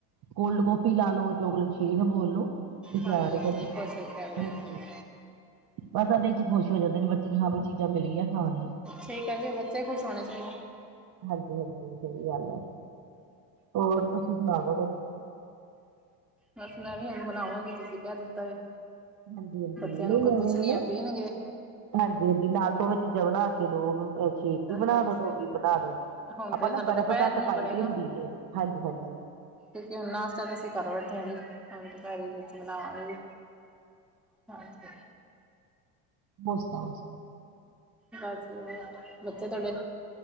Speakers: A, on the right (about 50°); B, in the centre.
A: ਕੋਲਡ ਕੋਫੀ ਲਾ ਲੋ ਚੋਕਲੇਟ ਸੇਕ ਬੋਲ ਲੋ ਵੀ ਤਿਆਰ
B: ਹਾਂਜੀ
A: ਐ
B: ਹਾਂਜੀ
A: <unintelligible> ਹਾਂਜੀ।
B: ਕੁਛ ਵੀ ਕਹਿ ਲਓ ਜੀ
A: ਬਸ ਏਦੇ ਚ ਖੁਸ਼ ਹੋ ਜਾਂਦੇ ਨੇ ਬੱਚੇ ਕੀ ਹਾਂ ਵੀ ਚੀਜ਼ਾਂ ਮਿਲੀਆਂ ਖਾਣ ਨੂੰ।
B: ਠੀਕ ਐ ਜੀ ਬੱਚੇ ਖੁਸ਼ ਹੋਣਾ ਚਾਈਦੇ।
A: ਹਾਂਜੀ ਹਾਂਜੀ, ਸਈ ਗੱਲ ਐ ਹੋਰ ਤੁਸੀਂ ਸੁਣਾ ਦੋ ਕੁਝ?
B: ਬੱਸ ਮੈਂ ਵੀ ਹੁਨ ਬਣਾਵਾਂਗੀ ਤੁਸੀਂ ਕਹਿ ਦਿੱਤਾ ਵੀ।
A: ਹਾਂਜੀ ਹਾਂਜੀ,
B: ਬੱਚਿਆਂ
A: ਨਈ ਨਿਆਣਿਆਂ
B: ਕੁਛ
A: ਨੂੰ
B: ਨੀ
A: ਨਾ।
B: ਆ ਪੀਣਗੇ
A: ਹਾਂਜੀ ਹਾਂਜੀ, ਨਾਲ ਦੋਵੇਂ ਚੀਜ਼ਾਂ ਬਣਾ ਕੇ ਦੋ ਸ਼ੇਕ ਵੀ ਬਣਾ
B: ਹਾਂਜੀ
A: ਦੋ ਤੋਂ ਓ ਵੀ ਬਣਾ ਦੋ।
B: ਹੁਣ
A: ਆਪਾਂ
B: ਤੇ
A: ਨਾ
B: ਸਾਡਾ
A: ਬਰਫ਼
B: ਦੁਪਹਿਰ
A: ਘੱਟ
B: ਨੂੰ ਹੀ
A: ਪਾਈ
B: ਬਣੇਗਾ
A: ਦੀ ਹੁੰਦੀ ਐ ਹਾਂਜੀ ਹਾਂਜੀ।
B: ਕਿਉਂਕਿ ਹੁਨ ਨਾਸਤਾ ਤੇ ਅਸੀਂ ਘਰ ਬੈਠੇ ਆ ਜੀ। ਹਾਂਜੀ ਦੁਪਹਿਰੇ ਵਿੱਚ ਬਣਾਵਾਂਗੇ ਜੀ ਹਾਂਜੀ।
A: ਹੋਰ ਸਣਾਓ ਜੀ?
B: ਬਸ ਜੀ ਹੋਰ ਬੱਚੇ ਤੁਹਾਡੇ?